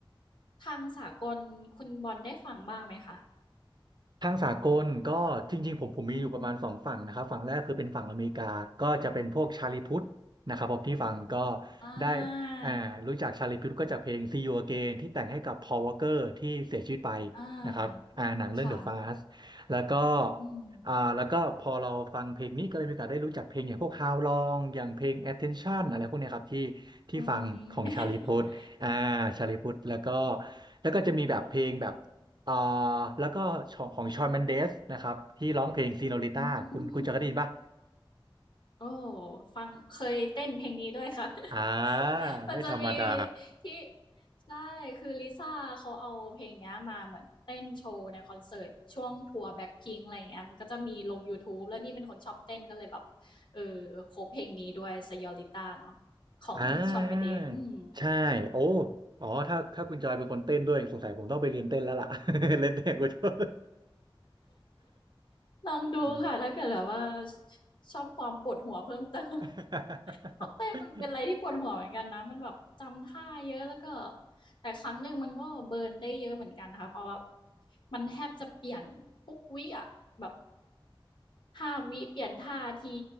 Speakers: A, on the left (about 60°); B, on the right (about 55°).
A: ทางสากลคุณบอลได้ฟังบ้างไหมคะ
B: ทางสากลก็จริงๆผมผมมีอยู่ประมาณสองฝั่งนะครับฝั่งแรกคือเป็นฝั่งอเมริกาก็จะเป็นพวกชาลีพุทธนะครับผมที่ฟังก็
A: อืมอืมอ่า
B: ได้อ่ารู้จักชาลีพุทธก็จากเพลง See You Again ที่แต่งให้กับ Paul Walker ที่เสียชีวิตไป
A: อ่า
B: นะครับอ่าหนังเรื่อง
A: ค่ะ
B: The Fast แล้วก็
A: อืม
B: อ่าแล้วก็พอเราฟังเพลงนี้ก็เลยมีโอกาสได้รู้จักเพลงอย่างพวก How Long อย่างเพลง Attention อะไรพวกเนี้ยครับที่ที่ฟังของชาลีพุทธอ่า
A: อืม <laughs>
B: ชาลีพุทธแล้วก็แล้วก็จะมีแบบเพลงแบบ อ่าแล้วก็ของขอชอนแมนเดสนะครับที่ร้องเพลงซีโนริต้าคุณคุณจะเคยได้ยินป่ะ
A: อืมโอ้ฟังเคยเต้นเพลงนี้ด้วยค่ะ <laughs>
B: อ่า
A: มันจะมี
B: ไม่ธรรมดา
A: ที่ใช่คือลิซ่าเขาเอาเพลงเนี้ยมาเหมือนเต้นโชว์ในคอนเสิร์ตช่วงทัวร์แบ็คพิงอะไรอย่างเงี้ยมันก็จะมีลงยูทูบแล้วนี่เป็นคนชอบเต้นก็เลยแบบเออโคบเพลงนี้ด้วย Señorita เนาะของ
B: อ่า
A: Shawn น e n d e อืม
B: ใช่โอ้อ๋อถ้าถ้าคุณจอยเป็นคนเต้นด้วยสงสัยผมต้องไปเรียนเต้นแล้วล่ะ <laughs> เล่นเต้นกูชอบ
A: ลองดูค่ะถ้าเกิดแบบว่า
B: อืม
A: ชอบความปวดหัวเพิ่มเติม
B: <laughs>
A: <laughs> เพราะเต้นมันเป็นอะไรที่ปวดหัวเหมือนกันนะมันแบบจำท่าเยอะแล้วก็แต่ครั้งหนึ่งมันก็เบิร์นได้เยอะเหมือนกันนะคะเพราะว่ามันแทบจะเปลี่ยนทุกวิอ่ะแบบห้าวิเปลี่ยนท่าที